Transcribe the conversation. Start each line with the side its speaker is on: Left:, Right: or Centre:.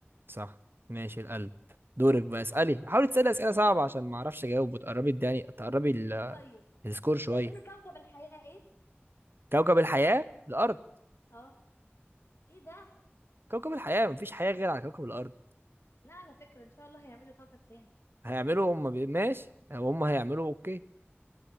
Right: صح ماشي القلب دورك بقى اسالي حاولي تسالي اسئله صعبه عشان ما اعرفش اجاوب وتقربي الداني تقربي ال-
Left: طيب
Right: السكور شويه
Left: اسم كوكب الحياة ايه
Right: كوكب الحياه الارض
Left: اه ايه ده
Right: كوكب الحياة مفيش حياة غير على كوكب الأرض
Left: لا على فكرة ان شاء الله هيعملوا كوكب تاني
Right: هيعملوا هم بي- ماشي هم هيعملوا أوكي